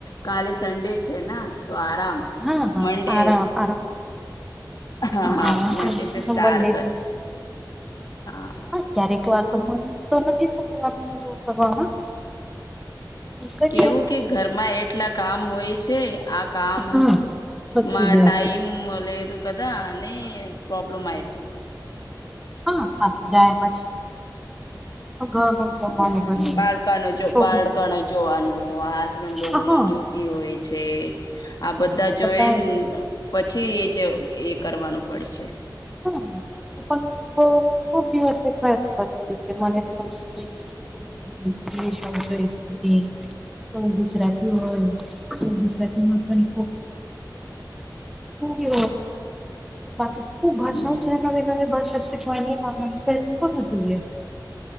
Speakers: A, on the left; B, in the centre.
A: કાલે સન્ડે છે તો આરામ.
B: હા હા
A: મંડે
B: આરામ આરામ
A: હા હા
B: આરામ
A: મંડે છે સ્ટાર
B: મન લેતી.
A: કરીશ હા.
B: ક્યારેક વાતો મન તો નથી થતું વાત એવું કરવામાં. કરીએ.
A: કેવું કે ઘરમાં એટલા કામ હોય છે આ કામ
B: હા થકી
A: મા
B: જાય.
A: ટાઈમ લદ કદા અનેની પ્રોબ્લેમ આઐ
B: હા થાકી જાય પછી તો જમવાનું
A: હમ
B: બન્યું
A: બાળકાનો
B: છોકરી
A: બાળકાણ જોવાનું હો હસબન્ડ લોકો
B: હા હા
A: ના ડ્યુટી હોય. છે આ બધા જોય
B: બધાનું
A: પછી એ જે એ કરવાનું પડશે.
B: <inaudible> પણ બહ ખૂબ દિવસ એક પ્રયત્ન કરતી હતી કે મને થોડી ક <inaudible> ગુજરાતી હોય તો ગુજરાતીમાં પણ <inaudible> બાકી ખુબ ભાષાઓ
A: હમ
B: છે નવી નવી ભાષા કો કોનું જોઈએ.